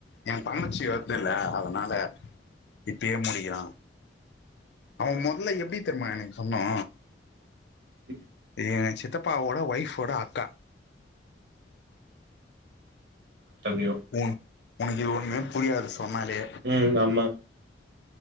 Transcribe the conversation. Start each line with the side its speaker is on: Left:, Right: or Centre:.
Left: எந்தங்கச்சி வர்துல்ல அதனால இப்பயே முடிக்கிறா அவ மொதல எப்டி தெரிமா எனக்கு சொன்னா
Right: ம்
Left: எங்க சித்தப்பாவோட ஒய்ஃபோட அக்கா
Right: தள்ளியோ
Left: உன் உனக்கு ஒன்மே புரியாது சொன்னாலே
Right: ம் ஆமா